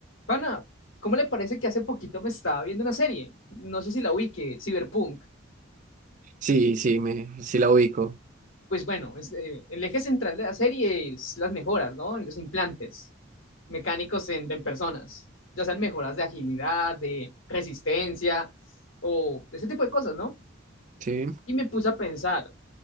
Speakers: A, on the left (about 85°); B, on the right (about 40°).
A: Pana, ¿cómo le parece que hace poquito me estaba viendo una serie? No sé si la ubique, Cyberpunk.
B: Sí, sí, me, sí la ubico.
A: Pues bueno, es, eh, el eje central de la serie es las mejoras, ¿no? En los implantes mecánicos en, en personas, ya sean mejoras de agilidad, de resistencia o ese tipo de cosas, ¿no?
B: Sí.
A: Y me puse a pensar,